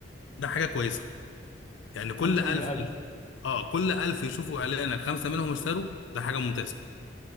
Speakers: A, on the left; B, on the left.
A: ده حاجة كويسة يعني كل
B: خمسه
A: ألف
B: من الالف
A: اه كل ألف يشوفوا إعلانك خمسة منهم اشتروا ده حاجة ممتازة